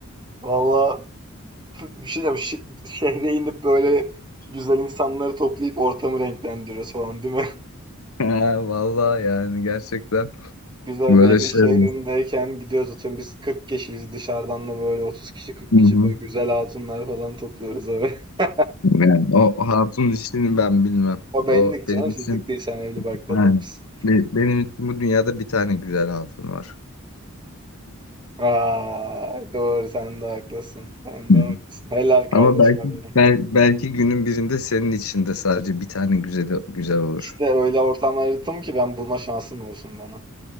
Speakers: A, on the right; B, on the left.
A: Valla Bir şey diyeceğim. şi- şehre inip böyle güzel insanları toplayıp ortamı renklendiriyoruz falan değil mi?
B: <laughs> Ha, vallahi yani gerçekten
A: <laughs> Güzel
B: böyle
A: bir Ege
B: şey
A: şehrindeyken
B: olur.
A: gidiyoruz atıyorum biz 40 kişiyiz dışarıdan da böyle 30 kişi 40
B: Hı
A: kişi
B: hı.
A: böyle güzel hatunlar falan topluyoruz abi. <laughs>
B: Yani o hatun işini ben bilmem.
A: O benlik
B: O benim
A: canım sizlik
B: için
A: değil sen evli barklı
B: yani
A: adamsın.
B: be- benim için bu dünyada bir tane güzel hatun var.
A: Aa, doğru sen de haklısın. Sen de
B: Hı hı.
A: haklısın. Helal kardeşime
B: Ama belki
A: benim.
B: bel- belki günün birinde senin için de sadece bir tane güzel güzel olur.
A: İşte öyle ortamlar yarattım ki ben bulma şansım olsun bana.